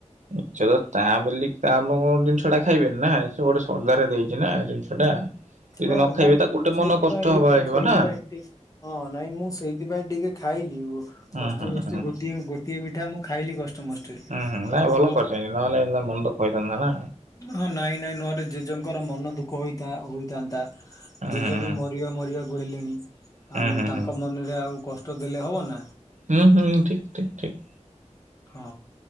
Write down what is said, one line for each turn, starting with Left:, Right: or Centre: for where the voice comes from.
Right: ନିଶ୍ଚୟ ତା ବୋଲି ଆମ ଜିନିଷ ଟା ଖାଇବେନି ନାଁ ସେ ଗୋଟେ ଶ୍ରଦ୍ଧାରେ ଦେଇଚି ନାଁ ଜିନିଷ ଟା ଯଦି
Left: ହଁ
Right: ନ ଖାଇବେ
Left: ନାଇଁ ମୁଁ
Right: ତାକୁ ଗୋଟେ
Left: ସେଇଥିପାଇଁ
Right: ମନ କଷ୍ଟ ହବା
Left: ମୁଁ
Right: ଲାଗିବ
Left: ସେଇଥିପାଇଁ
Right: ନା
Left: ଟି ହଁ ନାଇ ମୁଁ ଟିକେ ଖାଇ ଖାଇଲି ଗୋ
Right: ହୁଁ
Left: କଷ୍ଟେ
Right: ହୁଁ ହୁଁ
Left: ମଷ୍ଟେ
Right: ହୁଁ।
Left: ଗୋଟିଏ ଗୋଟିଏ ମିଠା ମୁଁ ଖାଇଲି କଷ୍ଟେ ମଷ୍ଟେ
Right: ହୁଁ ହୁଁ
Left: କ
Right: ନାଇଁ ଭଲ
Left: କ
Right: କରିଛନ୍ତି ନହେଲେ ମନ ଦୁଃଖ ହେଇଥାନ୍ତା ନା
Left: ହଁ ନାଇଁ ନାଇଁ ନ ହେଲେ ଜେଜେ ଙ୍କର ମନ ଦୁଃଖ ହୋଇଥା ହେଇଥାନ୍ତା।
Right: ହୁଁ
Left: ଜେଜେବୀ
Right: ହୁଁ ହୁଁ।
Left: ମରିବା ମରିବାକୁ ହେଲେଣି
Right: ହୁଁ
Left: ଆଉ
Right: ହୁଁ
Left: ତାଙ୍କ
Right: ହୁଁ
Left: ମନରେ ଆଉ କଷ୍ଟ ଦେଲେ ହବ ନା
Right: ହୁଁ ହୁଁ ଠିକ୍ ଠିକ୍ ଠିକ୍
Left: ହଁ